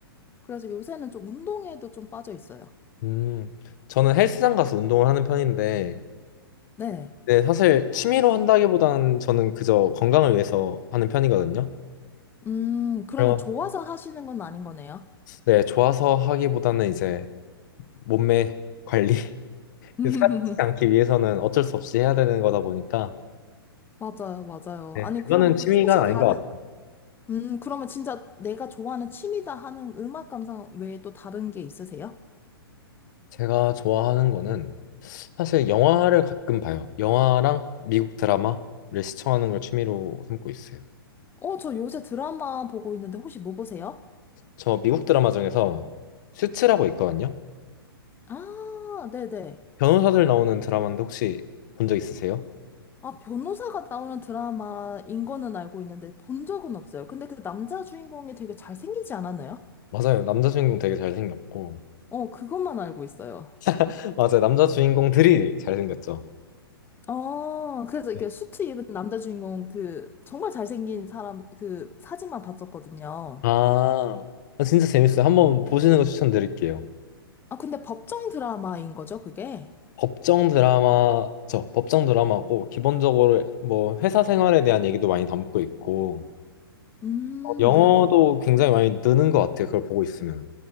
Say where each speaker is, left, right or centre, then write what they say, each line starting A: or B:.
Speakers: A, on the left; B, on the left.
A: 그래서 요새는 좀 운동에도 좀 빠져 있어요.
B: 음, 저는 헬스장 가서 운동을 하는 편인데,
A: 네.
B: 네, 사실 취미로 한다기보다는 저는 그저 건강을 위해서 하는 편이거든요.
A: 음, 그러면
B: 그래서
A: 좋아서 하시는 건 아닌 거네요.
B: 네, 좋아서 하기보다는 이제 몸매 관리
A: <laughs>
B: <laughs> 살지 않기 위해서는 어쩔 수 없이 해야 되는 거다 보니까
A: 맞아요, 맞아요.
B: 네,
A: 아니,
B: 그거는
A: 그리고
B: 취미가
A: 또 혹시 다른,
B: 아닌 것 같아요.
A: 음, 그러면 진짜 내가 좋아하는 취미다 하는 음악 감상 외에 또 다른 게 있으세요?
B: 제가 좋아하는 거는 사실 영화를 가끔 봐요. 영화랑 미국 드라마를 시청하는 걸 취미로 삼고 있어요.
A: 어, 저 요새 드라마 보고 있는데 혹시 뭐 보세요?
B: 저 미국 드라마 중에서 슈츠라고 있거든요.
A: 아, 네네.
B: 변호사들 나오는 드라마인데 혹시 본 적 있으세요?
A: 아, 변호사가 나오는 드라마인 거는 알고 있는데 본 적은 없어요. 근데 그 남자 주인공이 되게 잘생기지 않았나요?
B: 맞아요. 남자 주인공 되게 잘생겼고
A: 어, 그것만 알고 있어요.
B: <laughs> 맞아요. 남자 주인공들이 잘생겼죠.
A: 어, 그래서
B: 네.
A: 이게 렇 수트 입은 남자 주인공 그 정말 잘생긴 사람 그 사진만 봤었거든요.
B: 아, 아, 진짜 재밌어요. 한번 보시는 거 추천드릴게요.
A: 아, 근데 법정 드라마인 거죠, 그게?
B: 법정 드라마, 저 법정 드라마고 기본적으로 뭐 회사 생활에 대한 얘기도 많이 담고 있고
A: 음,
B: 어, 영어도
A: 네네.
B: 굉장히 많이 느는 것 같아요. 그걸 보고 있으면.